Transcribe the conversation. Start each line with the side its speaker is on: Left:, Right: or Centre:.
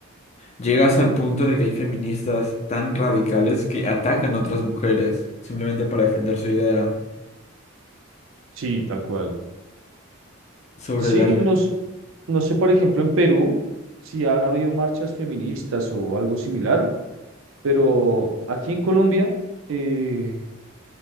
Left: llegas al punto de que hay feministas tan radicales que atacan a otras mujeres simplemente para defender su idea
Right: sí, tal cual.
Left: sobre
Right: Sí,
Left: la... re-
Right: nos, no sé, por ejemplo, en Perú, si han habido marchas feministas o algo similar, pero aquí en Colombia, eh,